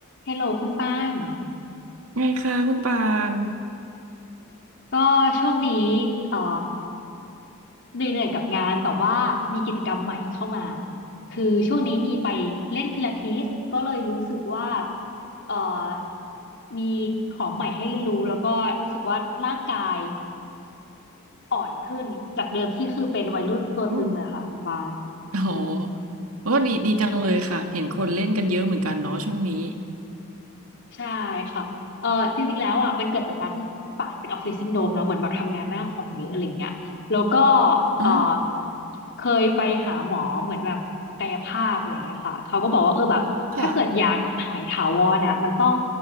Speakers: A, on the left; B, on the right.
A: ฮลโหลคุณป้าน
B: ไงคะคุณปาน
A: ก็ช่วงนี้เอ่อเหนื่อยๆกับงานแต่ว่ามีกิจกรรมใหม่เข้ามา คือช่วงนี้มีไปเล่นพิลาทิสก็เลยรู้สึกว่าเอ่อมีของใหม่ให้เรียนรู้แล้วก็รู้สึกว่าร่างกายอ่อนขึ้นจากเดิมที่คือเป็นวัยรุ่นตัวตึงเลยค่ะคุณป้าน
B: อืมโอ้โห
A: อืม
B: โอ้ดีดีจังเลยค่ะ เห็นคนเล่นกันเยอะเหมือนกันเนาะช่วงนี้
A: ใช่ค่ะเออจริงๆแล้วอ่ะมันเกิดจากการที่ป่านเป็นออฟฟิศซินโดรมแล้วเหมือนแบบทำงานหน้าคอมเยอะอะไรเงี้ยแล้วก็เออ
B: อ่า
A: เคยไปหาหมอเหมือนแบบกายภาพอะไรเงี้ยค่ะเขาก็บอกว่าเออแบบถ้าเกิดอยากหายถาวรอ่ะมันต้อง
B: ค่ะ